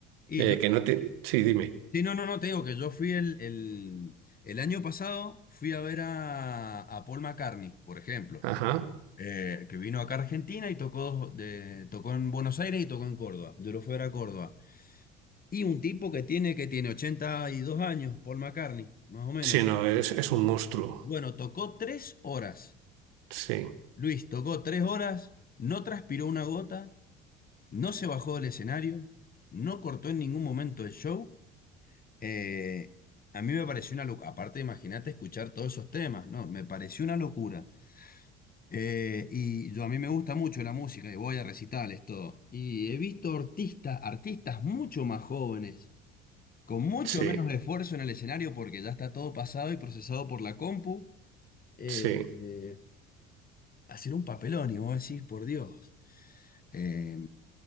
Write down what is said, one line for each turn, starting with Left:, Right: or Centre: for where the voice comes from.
Left: Y
Right: eh,
Left: yo,
Right: que no te... Sí, dime.
Left: sí, no, no, no, te digo que yo fui el, el, el año pasado, fui a ver a, a Paul McCartney, por ejemplo,
Right: Ajá.
Left: eh, que vino acá a Argentina y tocó, dos- de, tocó en Buenos Aires y tocó en Córdoba. Yo lo fui a ver a Córdoba. Y un tipo que tiene, que tiene 82 años, Paul McCartney, más o menos.
Right: Sí, no, es, es un monstruo.
Left: Bueno, tocó tres horas.
Right: Sí,
Left: Luis tocó tres horas, no transpiró una gota, no se bajó del escenario, no cortó en ningún momento el show. Eh, a mí me pareció una locura. Aparte, imagínate escuchar todos esos temas, ¿no? Me pareció una locura. Eh, y yo a mí me gusta mucho la música y voy a recitales, todo. Y he visto artistas, artistas mucho más jóvenes, con mucho
Right: sí,
Left: menos esfuerzo en el escenario porque ya está todo pasado y procesado por la compu. Eh,
Right: sí.
Left: eh, hacer un papelón y vos decís, por Dios. eh,